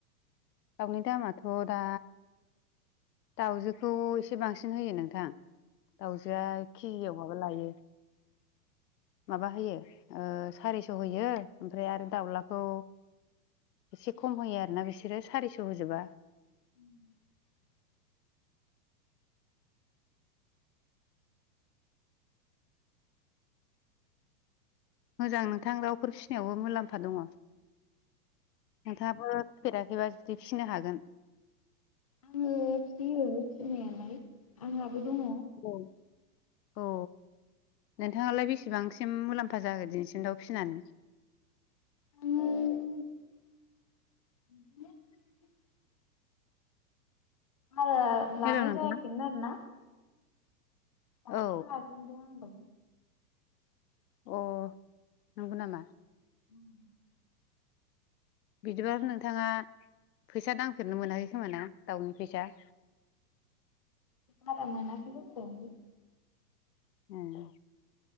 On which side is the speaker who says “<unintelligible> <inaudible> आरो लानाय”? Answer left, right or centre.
Left